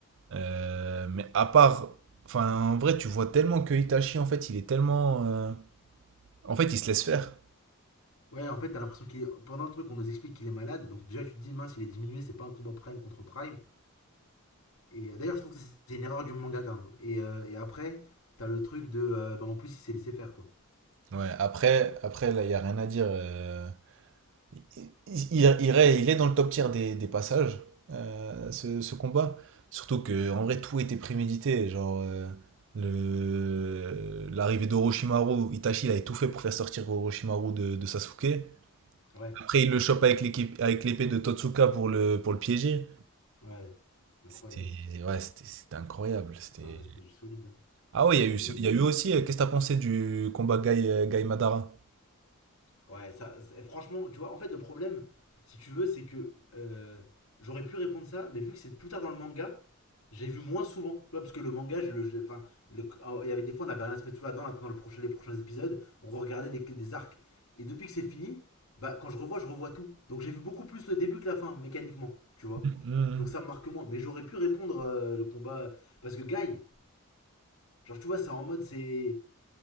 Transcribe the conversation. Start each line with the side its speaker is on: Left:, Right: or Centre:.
Right: Euh, mais à part. Enfin, en vrai, tu vois tellement que Itachi, en fait, il est tellement. euh, En fait, il se laisse faire.
Left: Ouais, en fait, t'as l'impression qu'il est... Pendant le truc, on nous explique qu'il est malade. Donc déjà, tu te dis, mince, il est diminué, c'est pas un combat prime contre prime. Et euh, d'ailleurs, je trouve que c'est une erreur du mangaka. hein. Et, euh, et après, t'as le truc de... euh, bah, en plus, il s'est laissé faire, quoi.
Right: Ouais, après, après là, il n'y a rien à dire. euh, il, il, il est il est dans le top tier des, des passages, euh, ce, ce combat. Surtout que, en vrai, tout était prémédité. Genre, euh, le, l'arrivée d'Orochimaru, Itachi, il avait tout fait pour faire sortir Orochimaru de, de Sasuke.
Left: Ouais,
Right: Après, il le chope avec l'équipe, avec l'épée de Totsuka pour le, pour le piéger.
Left: ouais. Incroyable.
Right: C'était, ouais, c'était, c'était incroyable. C'était...
Left: Ah ouais, c'était du solide. hein.
Right: Ah ouais, il y a eu,
Left: Mais...
Right: ce- il
Left: euh,
Right: y a eu aussi, euh, qu'est-ce que t'as pensé du combat Gai, euh, Gai Madara?
Left: Ouais, ça... c'est- Franchement, tu vois, en fait, le problème, si tu veux, c'est que... euh, J'aurais pu répondre ça, mais vu que c'est plus tard dans le manga, j'ai vu moins souvent, tu vois, parce que le manga, je le, je- enfin, le- ah, il y avait des fois, on avait rien à se mettre sous la dent en attendant le prochain, les prochains épisodes, on regardait des, des arcs. Et depuis que c'est fini, bah, quand je revois, je revois tout. Donc j'ai vu beaucoup plus le début que la fin, mécaniquement, tu vois.
Right: Mhm.
Left: Donc ça me marque moins. Mais j'aurais pu répondre euh, le combat, parce que Guy, genre, tu vois, c'est en mode, c'est,